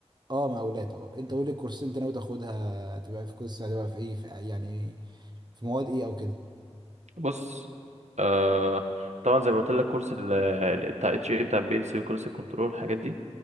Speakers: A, on the right; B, on the right.
A: اه مقاولات اه انت قول لي الكورسات انت ناوي تاخدها تبقى في كورس هتبقى في ايه في يعني في مواد ايه او كده
B: بص آه طبعا زي ما قلت لك كورس ال- ال- بتاع اتش اي بتاع بي ال سي وكورس الكنترول الحاجات دي